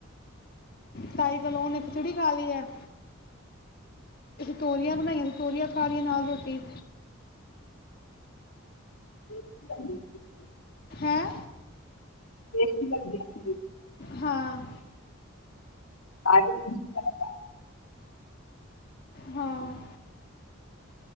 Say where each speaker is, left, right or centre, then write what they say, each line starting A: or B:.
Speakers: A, on the left (about 45°); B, on the left (about 80°).
A: ਤਾਈ ਕੋਲੋਂ ਉਹਨੇ ਖਿਚੜੀ ਖਾ ਲਈ ਹੈ ਤੋਰੀਆਂ ਬਣਾਈਆਂ ਤੋਰੀਆਂ ਖ ਲਈਆਂ ਨਾਲ ਰੋਟੀ
B: <inaudible>
A: ਹੈਂ
B: <inaudible>
A: ਹਾਂ
B: ਸਾਰੇ ਦਿਨ ਮੇਰਾ ਕੰਮ
A: ਹਾਂ